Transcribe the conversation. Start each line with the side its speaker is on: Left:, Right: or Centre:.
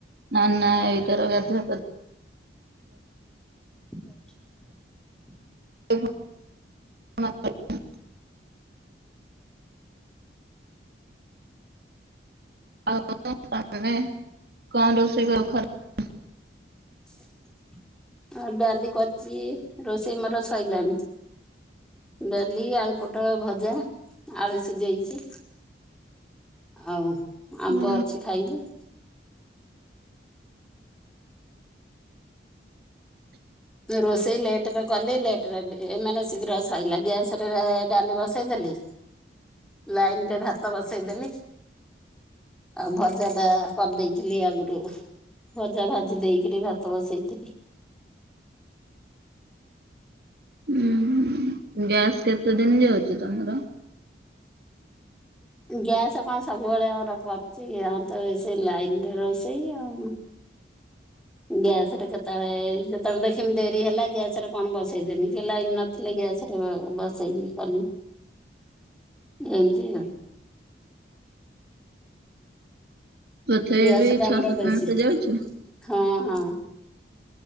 Right: ନା ନା ଏଇ ତାର ଗାଧୁଆ ପା
Centre: <inaudible>
Right: <unintelligible> <unintelligible>
Centre: <inaudible> ଆଉ ଡାଲି କରିଛି ରୋଷେଇ ମୋର ସୋଇଲାଣି। ଡେଲି ଆଳୁ ପୋଟଳ ଭଜା ଆଳୁ ସିଜେଇଚି। ଆଉ ଆମ୍ବ
Right: ହୁଁ
Centre: ଅଛି ଖାଇବୁ? ରୋଷେଇ ଲେଟ୍ ରେ କଲି ଲେଟ୍ ରେ ମାନେ ଶୀଘ୍ର ସରଲା ଗ୍ୟାସ୍ ରେ ଡାଲି ବସେଇ ଦେଲି ଲାଇନ୍ ଟା ଭାତ ବସେଇଦେଲି। ଆଉ ଭଜା ଟା କରିଦେଇଥିଲି ଆଗୁରୁ। ଭଜା ଭାଜି ଦେଇକିରି ଭାତ ବସେଇଥିଲି।
Right: ହୁଁ ଗ୍ୟାସ୍ କେତେ ଦିନ୍ ଯାଉଛି ତମର?
Centre: ଗ୍ୟାସ କଁ ସବୁବେଳେ ଆମର କରିଚିକି ଆମର ତ ସେ ଲାଇନିରେ ରୋଷେଇ ଆଉ। ଗ୍ୟାସଟା କେତଳେ ଯେତେବେଳେ ଦେଖମି ଡେରି ହେଲା ଗ୍ୟାସ ରେ କଣ ବସେଇଦେମି କି ଲାଇନ ନଥିଲେ ଗ୍ୟାସରେ ବସେଇଲିି କଲ ଏମ୍ ତି ଆଉ।
Right: ତଥାପି
Centre: ଦ୍ୟାସଟା
Right: ବି ଛଅ
Centre: ଆମର
Right: ସାତ
Centre: ବେଶୀ
Right: ମାସ ଯାଉଛି
Centre: ହଁ। ହଁ।